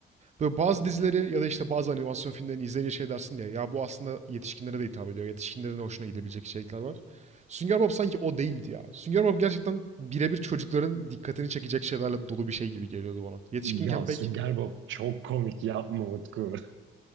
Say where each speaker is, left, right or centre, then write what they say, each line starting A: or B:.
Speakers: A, on the right (about 35°); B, on the right (about 75°).
A: Böyle bazı dizileri ya da işte bazı animasyon filmlerini izleyince şey dersin diye. Ya bu aslında yetişkinlere de hitap ediyor. Yetişkinlerin de hoşuna gidebilecek içerikler var. Sünger Bob sanki o değildi ya. Sünger Bob gerçekten birebir çocukların dikkatini çekecek şeylerle dolu bir şey gibi geliyordu bana. Yetişkinken
B: Ya
A: pek
B: Sünger Bob çok komik yapma Utku.